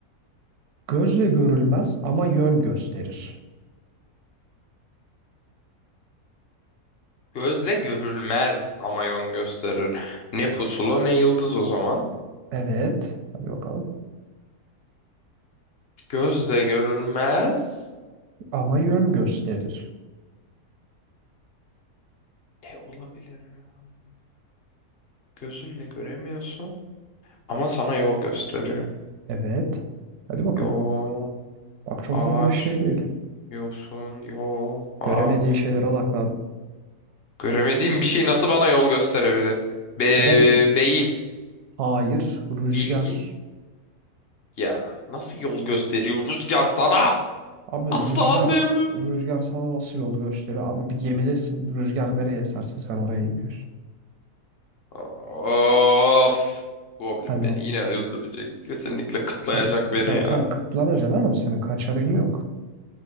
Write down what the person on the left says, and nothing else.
Gözle görülmez ama yön gösterir. Ne pusula ne yıldız o zaman.
Gözle görülmez.
Ne olabilir? ya? Gözünle göremiyorsun ama sana yol gösterir.
Yol,
ağaç,
yosun, yol, ağaç.
Göremediğim bir şey nasıl bana yol gösterebilir? Be
beyin,
bilgi. Ya nasıl yol gösteriyor rüzgar sana?
Asla
anlayamıyorum.
Of. Goblin
beni yine öldürecek. Kesinlikle kıtlayacak
beni
ya.